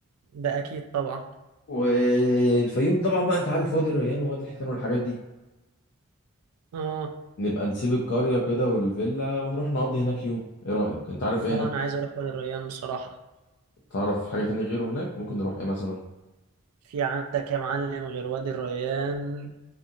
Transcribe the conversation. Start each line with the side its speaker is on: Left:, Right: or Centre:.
Right: ده اكيد طبعا
Left: والفيوم طبعا بقى انت عارف وادي الريان ووادي الحيتان والحاجات دي
Right: اه
Left: نبقى نسيب القرية كده والفيلا ونروح نقضي هناك يوم ايه رأيك انت عارف ايه
Right: اه
Left: هناك
Right: انا عايز اروح وادي الريان بصراحة
Left: تعرف حاجة تاني غيره هناك ممكن نروح ايه مثلا
Right: في عندك يا معلم غير وادي الريان